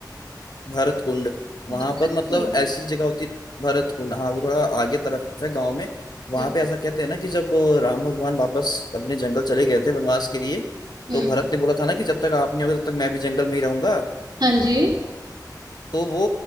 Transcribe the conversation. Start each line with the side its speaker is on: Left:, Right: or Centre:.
Left: भरत कुंड वहां
Right: भरतपुर
Left: पर मतलब ऐसी जगह होती भरत कुंड हाँ वो थोड़ा आगे तरफ है गांव में वहां
Right: हम्म
Left: पे ऐसा कहते हैं ना कि जब राम भगवान वापस अपने जंगल चले गए थे वनवास के लिए
Right: हम्म,
Left: तो भरत ने बोला था ना कि जब तक आप नहीं होगे तब तक मैं भी जंगल में ही रहूंगा
Right: हाँ जी
Left: तो वो